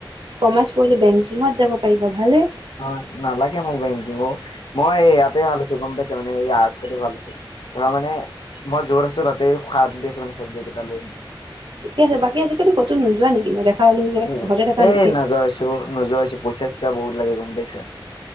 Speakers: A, on the right (about 65°); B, on the left (about 70°).
A: কমাৰ্চ পঢ়িলে বেংকিঙত যাব পাৰিবা ভালহে।
B: অ নালাগে মোক বেংকিং অ, মই ইয়াতে ভালৈছো গম পাইছ মানে এই অৰ্টচতে ভাল আছো, ধৰা মানে মই যত আছো তাতে শান্তি দি আছো মানে চাবজেক্ট এটা লৈ।
A: ঠিকে আছে, বাকী আজিকালি কটো নোযোৱা নেকি নেদেখা হ'লো যে
B: উ
A: ঘৰতে থাকা
B: এই
A: নেকি
B: নাযোৱা হৈছো নোযোৱা হৈছো পইচা চইচা বহুত লাগে গম পাইছা?